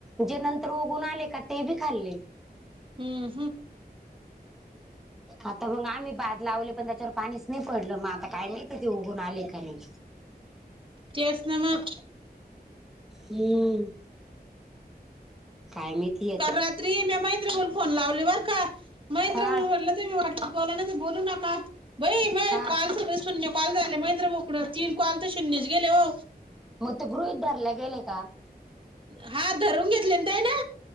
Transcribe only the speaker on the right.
हम्म हम्म
तेच ना मग.
काल रात्री मे महहेंद्र ब ''--'' फोन लावलीवर का महेंद्र
म्हटलं ते मी वाटलं बोला ना ते बोलू नका. बई माय
काल सगळे शून्य कॉल झाले मैत्र बोकड तीन कॉल तर शून्यच गेले हो.
हा धरून घेतलेनंतय ना.